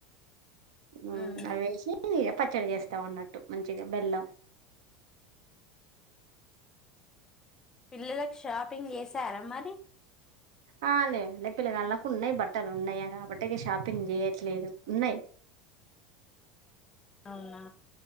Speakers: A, on the right (about 80°); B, on the left (about 20°).
A: మ్మ్
B: ఉమ్,
A: అవేసి ఇగా పచ్చడి చేస్తా ఉన్నట్టు మంచిగా బెల్లం
B: పిల్లలకు షాపింగ్ చేస్ తార మరి
A: ఆ లేదండి పిల్లగాళ్కు ఉన్నాయి బట్టలు ఉన్నాయా కాబట్టికి షాపింగ్ చేయట్లేదు ఉన్నాయి
B: అవునా